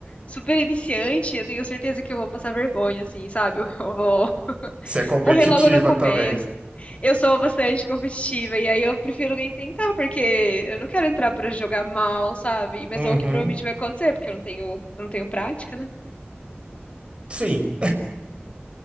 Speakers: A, on the left; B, on the right.
A: super iniciante, eu tenho certeza que eu vou passar vergonha, assim, sabe? <laughs> Eu vou
B: Ser competitiva
A: morrer logo no começo.
B: também.
A: Eu sou bastante competitiva e aí eu prefiro nem tentar, porque eu não quero entrar pra jogar mal, sabe? Mas
B: Uhum.
A: é o que provavelmente vai acontecer, porque eu não tenho, eu não tenho prática, né?
B: Sim. <laughs>